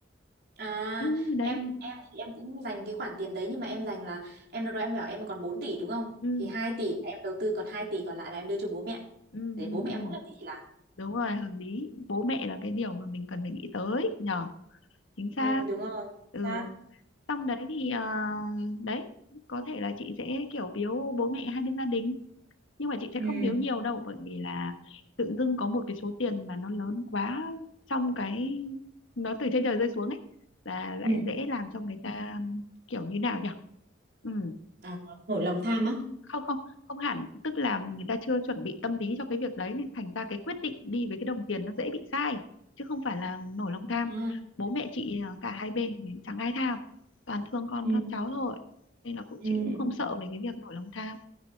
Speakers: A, on the right; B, on the left.
A: À,
B: ừ, đấy
A: em em thì em cũng dành cái khoản tiền đấy nhưng mà em dành là em lúc đó em bảo em còn 4 tỷ đúng không?
B: ừ,
A: Thì 2 tỷ là em đầu tư còn 2 tỷ còn lại là em đưa cho bố mẹ.
B: ừ,
A: Để
B: ừ,
A: bố mẹ em
B: ừ.
A: mỗi lần đi thì làm.
B: đúng rồi hợp lý bố mẹ là cái điều mà mình cần phải nghĩ tới nhờ chính xác
A: ừ đúng rồi
B: ừ
A: xác
B: xong đấy thì ờ, đấy có thể là chị sẽ kiểu biếu bố mẹ hai bên gia đình nhưng mà chị sẽ
A: ừ
B: không biếu nhiều đâu bởi vì là tự dưng có một cái số tiền mà nó lớn quá trong cái nó từ trên trời rơi xuống ấy là lại
A: ừ
B: dễ làm cho người ta kiểu như nào nhỉ ừ
A: à, nổi lòng tham á
B: không không không hẳn tức là người ta chưa chuẩn bị tâm lý cho cái việc đấy nên thành ra cái quyết định đi với cái đồng tiền nó dễ bị sai chứ không phải là nổi lòng tham
A: À,
B: bố mẹ chị à, cả hai bên thì chẳng ai tham toàn thương con
A: ừ
B: thương cháu thôi nên là cũng
A: ừ
B: chị cũng không sợ về cái việc nổi lòng tham